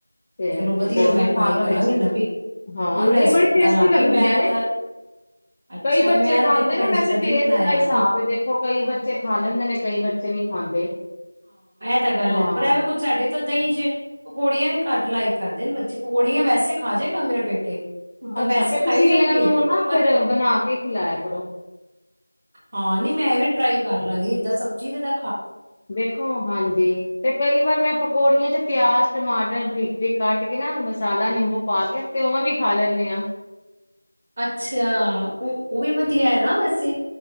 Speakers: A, on the left; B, on the right.
A: ਤੇ
B: ਚਲੋ ਵਧੀਆ
A: ਪਕੌੜੀਆਂ
B: ਮੈਂ ਟਰਾਈ
A: ਪਾ
B: ਕਰਾਂਗੀ
A: ਦੋ ਵਿੱਚ
B: ਨਵੀਂ
A: ਹਾਂ
B: ਨਿਊ
A: ਨਹੀਂ
B: ਰੈਸਪੀ
A: ਬੜੀ
B: ਪਤਾ
A: ਟੇਸਟੀ
B: ਲੱਗ
A: ਲੱਗਦੀਆਂ
B: ਗਈ ਮੈਂ
A: ਨੇ
B: ਤਾਂ ਅੱਛਾ
A: ਕਈ ਬੱਚੇ
B: ਮੈਂ
A: ਖਾਂਦੇ
B: ਤਾਂ ਦੇਖੋ ਭੈਣ
A: ਨੇ
B: ਜੀ
A: ਵੈਸੇ
B: ਕਦੀ
A: ਟੇਸਟ
B: ਬਣਾਇਆ
A: ਦਾ ਹਿਸਾਬ ਏ ਦੇਖੋ ਕਈ ਬੱਚੇ ਖਾ ਲੈਂਦੇ ਨੇ ਕਈ ਬੱਚੇ ਨੀ ਖਾਂਦੇ
B: ਏ ਤਾਂ ਗੱਲ
A: ਹਾਂ
B: ਹੈ ਪਰ ਏਵੇ ਕੁਛ ਸਾਡੇ ਤ ਦਹੀਂ ਚ ਪਕੌੜੀਆਂ ਵੀ ਘੱਟ ਲਾਇਕ ਕਰਦੇ ਨੇ ਬੱਚੇ ਪਕੌੜੀਆਂ ਵੈਸੇ ਖਾ ਜੇਗਾ ਮੇਰੇ ਬੇਟੇ ਉਦਾਂ
A: ਅੱਛਾ
B: ਵੈਸੇ
A: ਫੇਰ
B: ਖਾਈ
A: ਤੁਸੀਂ
B: ਜਾਣਗੇ
A: ਇਹਨਾਂ ਨੂੰ ਨਾ
B: ਪਰ
A: ਫੇਰ ਬਣਾ ਕੇ ਖਿਲਾਇਆ ਕਰੋ।
B: ਹਾਂ ਨੀ ਮੈਂ ਐਵੇਂ ਟਰਾਈ ਕਰ ਲਾਂਗੀ ਏਦਾਂ ਸਬਜ਼ੀ ਤੇ ਦ
A: ਦੇਖੋ ਹਾਂਜੀ ਤੇ ਕਈ ਵਾਰ ਮੈਂ ਪਕੌੜੀਆਂ ਚ ਪਿਆਜ ਟਮਾਟਰ ਬਰੀਕ ਬਰੀਕ ਕੱਟ ਕੇ ਨਾ ਮਸਾਲਾ ਨਿੰਬੂ ਪਾ ਕੇ ਤੇ ਉਵੇਂ ਵੀ ਖਾ ਲੈਂਦੇ ਹਾਂ
B: ਅੱਛਾ ਉਹ ਉਹ ਵੀ ਵਧੀਆ ਹੈ ਨਾ ਵੈਸੇ